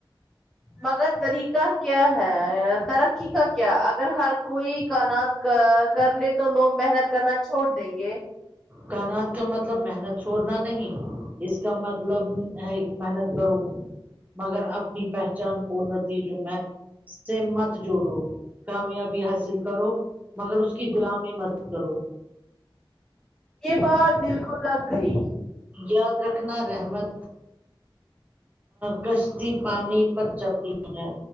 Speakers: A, in the centre; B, on the right.
A: مگر طریقہ کیا ہے ترقی کا کیا اگر ہر کوئی کانا کا کر لے تو لوگ محنت کرنا چھوڑ دیں گے
B: کانات کا مطلب محنت چھوڑنا نہیں اس کا مطلب ہے محنت کروں مگر اپنی پہچان کو نتیجوں میں سے مت جوڑوں کامیابی حاصل کرو مگر اس کی غلامی مت کرو
A: یہ بات دل کو لگ گئی
B: یاد رکھنا رحمت کشتی پانی پر چلتی ہے